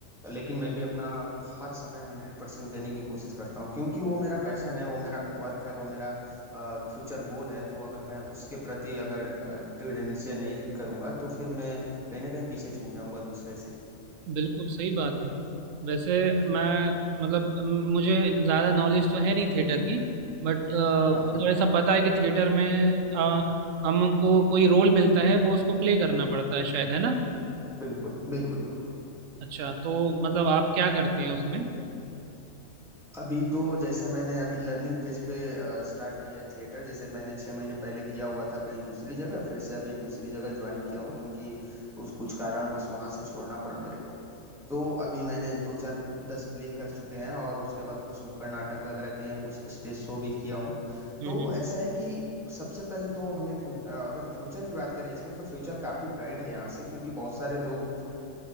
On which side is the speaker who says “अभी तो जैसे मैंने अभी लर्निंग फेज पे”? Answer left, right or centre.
Centre